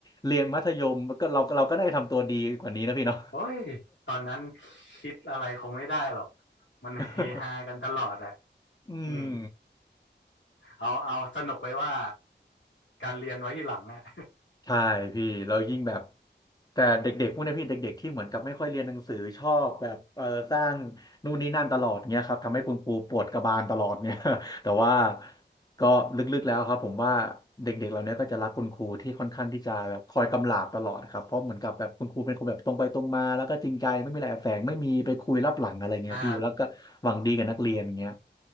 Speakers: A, on the left; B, on the left.
A: เรียนมัธยมก็เราเราก็ได้ทำตัวดีกว่านี้นะพี่เนาะ
B: โอ้ยตอนนั้นคิดอะไรคงไม่ได้หรอก มันเฮฮากันตลอดแหละ
A: <laughs> อืม
B: อืมเอาเอาสนุกไว้ว่าการเรียนไว้ที่หลังเนี่ย
A: ใช่พี่เรายิ่งแบบแต่เด็กๆพวกเนี้ยพี่เด็กๆที่เหมือนกับไม่ค่อยเรียนหนังสือชอบแบบเออสร้างนู่นนี่นั่นตลอดเงี้ยครับทำให้คุณครูปวดกระบาลตลอดเนี่ย <laughs> แต่ว่าก็ลึกๆแล้วครับผมว่าเด็กๆเราเนี้ยก็จะรักคุณครูที่ค่อนข้างที่จะแบบคอยกำลาบตลอดครับเพราะเหมือนกับแบบคุณครูเป็นคนแบบตรงไปตรงมาแล้วก็จริงใจไม่มีอะไรแอบแฝงไม่มีไปคุยลับหลังอะไรเงี้ยพี่แล้วก็หวังดีกับนักเรียนเงี้ย
B: <laughs> อ่า